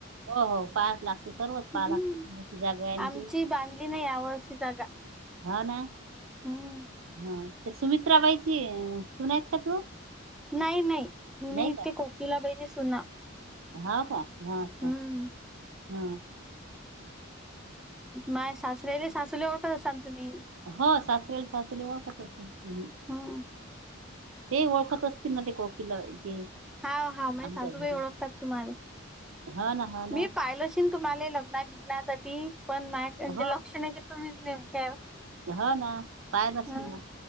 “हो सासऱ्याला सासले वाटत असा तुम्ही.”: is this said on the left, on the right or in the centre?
Right